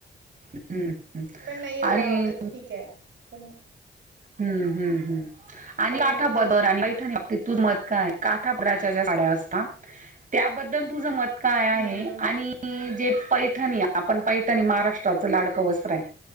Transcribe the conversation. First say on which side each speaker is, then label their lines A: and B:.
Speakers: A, on the right; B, on the right.
A: हम्म हम्
B: नाही एवढं
A: आणि
B: आवडत ठीक आहे पण
A: हम्म हम्म हम् आणि
B: काय
A: काठा
B: म्हणताय
A: पदर आणि पैठाणी बाबतीत तुझ मत काय? काठापदराच्या ज्या साड्या असता त्याबद्दल तुझं मत काय आहे
B: हम्म हम्म
A: आणि...
B: हम्म
A: जे पैठणी आपण पैठणी महाराष्ट्र च लाडकं वस्त्र आहे